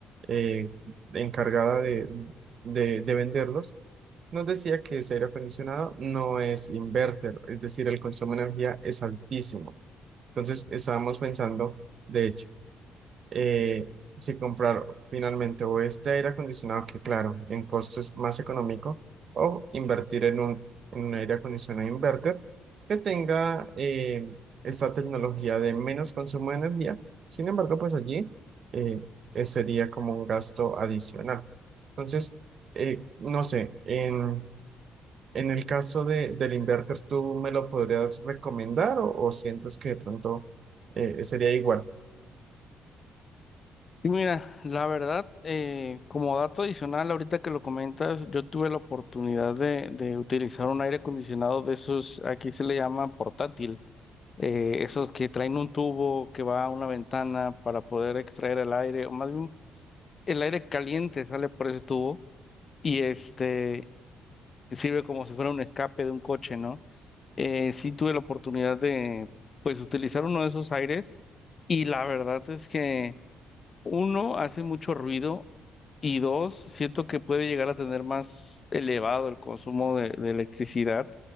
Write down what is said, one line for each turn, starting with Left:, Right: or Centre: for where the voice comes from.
Right: eh, encargada de, de, de venderlos, nos decía que ese aire acondicionado no es inverter, es decir, el consumo de energía es altísimo. Entonces, estábamos pensando, de hecho, eh, si comprar finalmente o este aire acondicionado, que claro, en costo es más económico, o invertir en un, en un aire acondicionado inverter que tenga eh, esta tecnología de menos consumo de energía. Sin embargo, pues allí eh, eh, sería como un gasto adicional. Entonces, eh, no sé, en, en el caso de, del inverter, ¿tú me lo podrías recomendar o, o sientes que de pronto eh, sería igual?
Left: Y Mira, la verdad, eh, como dato adicional, ahorita que lo comentas, yo tuve la oportunidad de, de utilizar un aire acondicionado de esos, aquí se le llama portátil, eh, esos que traen un tubo que va a una ventana para poder extraer el aire, o más bien el aire caliente sale por ese tubo y este sirve como si fuera un escape de un coche, ¿no? Eh, sí tuve la oportunidad de, pues, utilizar uno de esos aires y la verdad es que uno, hace mucho ruido y dos, siento que puede llegar a tener más elevado el consumo de, de electricidad